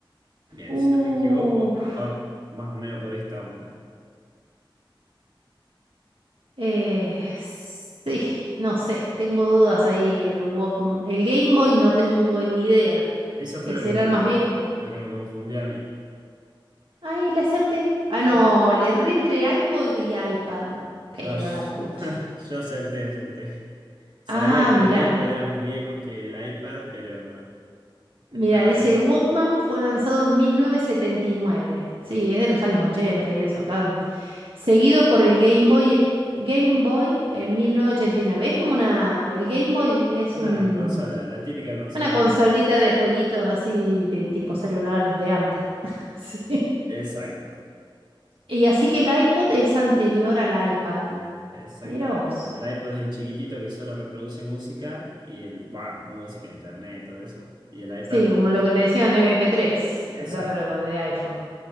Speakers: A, on the right (about 55°); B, on the right (about 80°).
A: Bien,
B: Uf.
A: si no me equivoco, va más o menos por esta onda.
B: Eh, sí, no sé, tengo dudas ahí. El Walkman, el Game Boy no tengo ni idea.
A: Eso fue
B: Ese
A: lo que
B: era
A: me,
B: el más viejo.
A: lo que me confundió a mí.
B: Ay, le acerté. Ah, no,
A: Yo
B: le erré entre iPod y iPad. Pero
A: No, sh-
B: la pucha.
A: yo acerté, acerté. Sabía
B: Ah,
A: que
B: mirá.
A: el iPod era más viejo que el iPad, pero
B: Mira,
A: estaba
B: dice
A: ahí.
B: el Walkman fue lanzado en 1979. Sí, es de los años 80 y eso, acá. Seguido por el Game Boy, Game Boy en mil novecientos ochenta y nueve. Es como una, el Game Boy es
A: Una
B: un,
A: consola, la típica consola
B: una consolita
A: retro.
B: de jueguitos así de tipo celular de antes. <laughs> Sí.
A: Exacto,
B: Y así que el iPod es anterior al iPad.
A: exactamente.
B: Mira vos.
A: El iPod es el chiquitito que solo reproduce música y el, bueno, música, internet, todo eso. Y el iPad,
B: Sí,
A: bueno,
B: como lo
A: es-
B: que le decían mp tres.
A: exacto,
B: o sea, pero de iPhone.